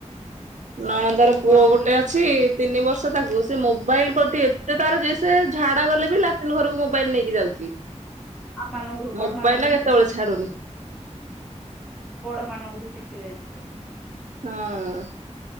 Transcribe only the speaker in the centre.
ବଡ ଦିଦିର
ମାନଙ୍କଠୁ ବଡ
ମାନଙ୍କଠୁ
ଶିଖୁଛି
ବଡ ମାନଙ୍କଠୁ ଶିଖି ଯାଇଚି।